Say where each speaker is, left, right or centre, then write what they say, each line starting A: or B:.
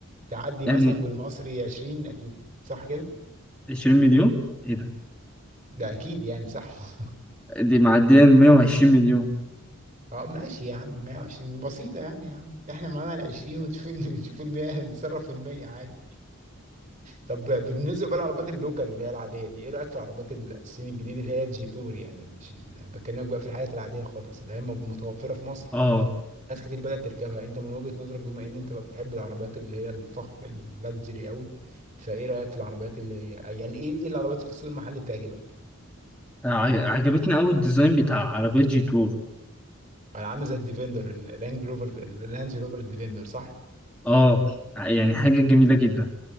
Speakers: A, on the right (about 35°); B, in the centre.
A: تعدي مثلا
B: يعني
A: بالمصري 20 أكيد صح كده
B: 20 مليون ايه ده
A: ده أكيد يعني صح <laughs>
B: دي معدية 120 مليون
A: اه ماشي يا عم 120 بسيطة يعني يا عم احنا معانا ال 20 ونشوف ال- <laughs> نشوف ال 100 نتصرف في المية عادي طب بالنسبه بقى للعربيات اللوكال اللي هي العاديه دي ايه رايك في العربيات الصين الجديد اللي هي الجي تور يعني مش ال- بكلمك بقى في الحاجات العاديه خالص اللي هي موجو- متوفره في مصر
B: اه
A: ناس كتير بدات تركبها انت من وجهه نظرك بما ان انت بقى بتحب العربيات اللي هي الفخم اللاكجري قوي فايه رايك في العربيات اللي هي يعني ايه ايه العربيات في السوق المحلي بتعجبك
B: ع- عجبتني قوي الديزاين بتاع عربية جي تور
A: عامله زي الديفندر الرانج روفر الرانج روفر الديفندر صح
B: اه ع- يعني حاجة
A: مم.
B: جميلة جدا